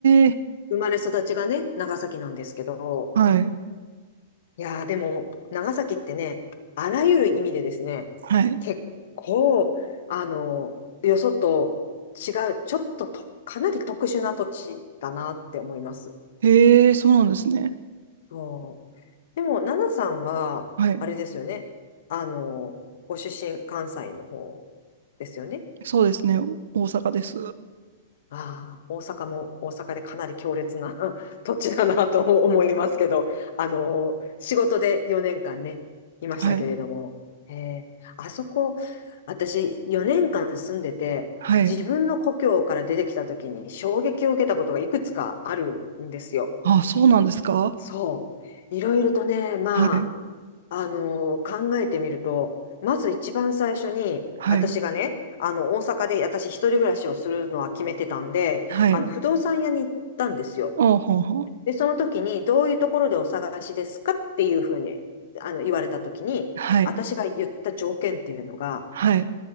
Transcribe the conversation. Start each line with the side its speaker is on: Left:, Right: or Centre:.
Right: え、
Left: 生まれ育ちがね、長崎なんですけど、
Right: はい、
Left: いやー、でも、長崎ってね、あらゆる意味でですね、
Right: はい。
Left: 結構、あの、よそと違う、ちょっとと、かなり特殊な土地だなって思います。
Right: へえ、そうなんですね。
Left: そう。でも、奈々さんは、
Right: はい。
Left: あれですよね、あの、ご出身、関西の方ですよね。
Right: そうですね。大阪です。
Left: ああ、大阪も大阪でかなり強烈な <laughs> 土地だなと <laughs> 思いますけど、あの、仕事で4年間ね、いましたけれども、
Right: はい、
Left: ええ、あそこ、私4年間住んでて、
Right: はい。
Left: 自分の故郷から出てきた時に衝撃を受けたことがいくつかあるんですよ。
Right: あ、そうなんですか。
Left: そう。いろいろとね、ま
Right: はい。
Left: あのー考えてみると、まず一番最初に、
Right: はい。
Left: 私がね、あの、大阪で私一人暮らしをするのは決めてたんで、
Right: はい。
Left: あの、不動産屋に行ったんですよ。
Right: おうほうほう。
Left: で、その時に、どういうところでお探しですかっていうふうに、あの、言われた時に、
Right: はい。
Left: 私が言った条件っていうのが、
Right: はい。